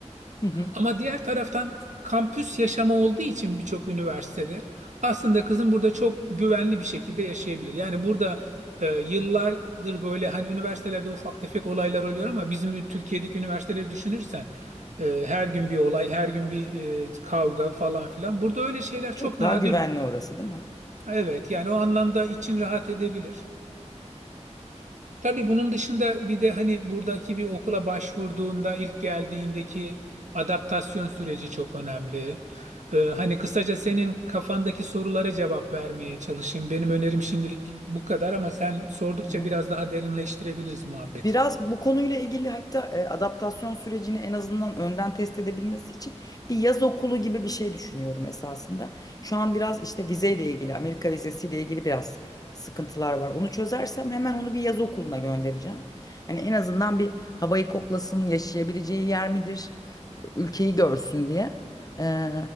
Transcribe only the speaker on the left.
<laughs>
Çok
daha güvenli
orası değil mi?
Hı hı.
Biraz bu konuyla ilgili hatta e, adaptasyon sürecini en azından önden test edebilmesi için bir yaz okulu gibi bir şey düşünüyorum esasında. Şu an biraz işte vizeyle ilgili, Amerika vizesiyle ilgili biraz sıkıntılar var. Onu çözersem hemen onu bir yaz okuluna göndereceğim. Hani en azından bir havayı koklasın, yaşayabileceği yer midir, ülkeyi görsün diye. Ee,